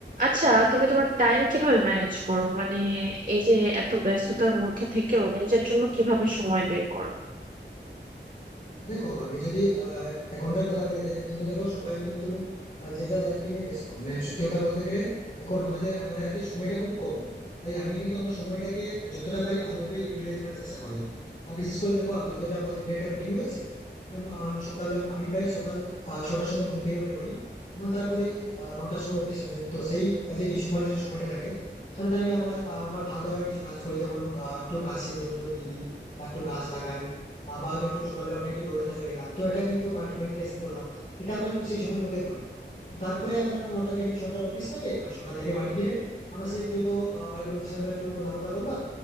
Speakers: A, on the right; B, on the left.
A: আচ্ছা তুমি তোমার টাইম কিভাবে ম্যানেজ করো মানে এই যে এত ব্যস্ততার মধ্যে থেকেও নিজের জন্য কিভাবে সময় বের করো
B: দেখো আমি যদি আহ, এখনকার কথা বলি যে এখন তো দেখো সবাই কিন্তু আহ, যে যার লাইফকে নিয়ে ব্যস্ত মানে সত্যি কথা বলতে গেলে এখন আমাদের আমাদের হাতে সময়টা খুব কম তাই আমি কিন্তু আমার সময়টাকে যতটা পারি ভালোভাবে ইউটিলাইজ করার চেষ্টা করি আর বিশেষ করে দেখো আমাদের তো একটা প্রতিদিন একটা রুটিন রয়েছে যেমন আহ, সকাল আমি প্রায় সকাল আহ, ছটার সময় ঘুম থেকে উঠে পড়ি এবং তারপরে আহ, নটার সময় অফিস রয়েছে তো সেই যে কিছুক্ষণের যে সময়টা থাকে সেটাতে আমি আমার আহ, আমার ভালো লাগার কিছু কাজ করি যেমন আহ, একটু গাছে জল টল দিই বা একটু গাছ লাগাই আহ, বা হয়তো একটু সকালবেলা উঠে একটু দৌড়াতে চলে গেলাম তো এটা কিন্তু বা একটু মেডিটেশন করলাম এটা আমার কিন্তু সেই সময়ের মধ্যে পড়ে তো তারপরে আবার আমার নটা থেকে ছটার অফিস থাকে আবার ছটা থেকে বাড়ি ফিরে আমার সেই একটু তো আহ, বাড়ির লোকের সঙ্গে একটু কথাবার্তা বললাম